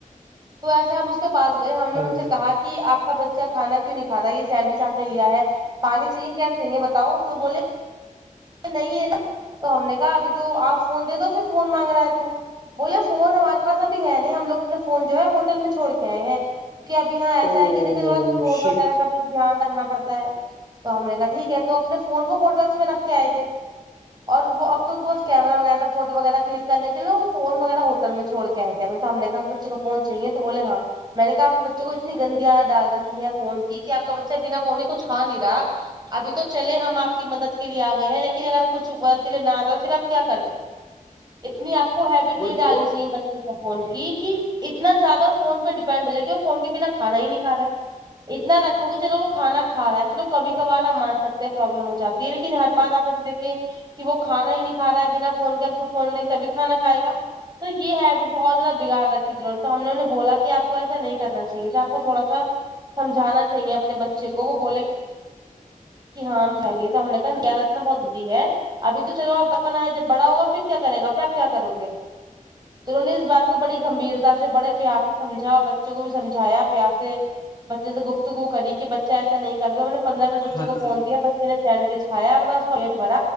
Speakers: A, on the right (about 30°); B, on the left (about 25°).
A: تو ایسے ہم اس کے پاس گئے ہم نے
B: ہاں
A: ان سے
B: جی
A: کہا کہ آپ کا بچہ کانا کیوں نہیں کھا رہا یہ سینڈوچ آپ لیا ہے پانی چاہیے کیا چاہیے بتاؤ تو بولے نہیں ہے نا تو ہم نے کہا ابھی تو آپ فون دے دو پھر فون مانگ رہا ہے تو بولے فون ہمارے پاس ابھی ہے نہیں ہم لگ اپنا فون جو ہے ہوٹل میں چھڑ کے آئے ہیں کی اب یہاں ایسا
B: او
A: ہے کہ دیکے تھوڑا چور
B: شٹ
A: وغیرہ کا بھی دھیان رکھنا پڑتا ہے تو ہم نے کہا ٹھیک ہے تو اپنے فون وہ ہوٹلس میں رکھ کے آئے تھے اور وہ اب تو بس کیما وغیرہ فوٹو وغیرہ کلک کرنے کے لیے فون وغیرہ ہو میں چھوڑ کےئے ہیںط تو ہم نے کہ بچے کا فون چاہیے تو بولے ہاں میں نے کہا اپنے بچوں کو اتنی گندی ڈال رکھی ہے فون کی کہ آ کا بچہ بنا فون کچھ کا نہیں رہا ابھی تو چلے ہم آپ کی مدد کے لیے آ گئے ہیں لیکن اگر کچھ ورد کے لیے نہ آتا تو پھر آپ کیا کرتے اتنی آپ کو ہیبٹ نہیں
B: وہی
A: ڈالنی
B: تو
A: چاہیے بچے کو فون کی اتنا زیادہ فون پہ ڈیپینڈ ہو جائے کہ وہ فون کے بنا کھانا ہی نہیں کا رہا ہے اتنا رکھو کہ چلو وہ کھانا کا رہا ہے چلو کبھی کبار آپ مان سکتے ہیں پرابلم ہو جاتا لیکن ہر بار آپ ایسے دیکھے کہ وہ کانا ہی نہیں کا رہا ہے بنا فون کے آپ کو تبھی کھانا کھائے گا تو یہ ہیبٹ بہت زیادہ بگاڑ رکھی تھیہوں تو ہم نے انہیں بولا کہ آ کو ایسا نہیں کرنا چاہیے آپ کو تھوڑا سا سمجھ جانا چاہیے اپنے بچے کو وہ بولے کہ ہماں ہم سگی سامنے کا زیادت نہ بہت ہی ہے ابھی تو چلو آپ بچپنا ہے جب بڑا ہوگا پھر کیا کرے گا پھر آپ کیا کرو گے تو انہوں نے اس بات کو بڑی گمبھیرتا سے بڑے پیار سے سمجھا اور بچوں کو بھی سمجایا پیار سے بچے سے گفتگو کری بچا ایسا نہیں کرتا مطب پندرہ منٹ بچوں
B: ہاں
A: کو فون
B: جی
A: دیا بچے نے سینڈوچ کایا اپنا اس کا پٹ بھر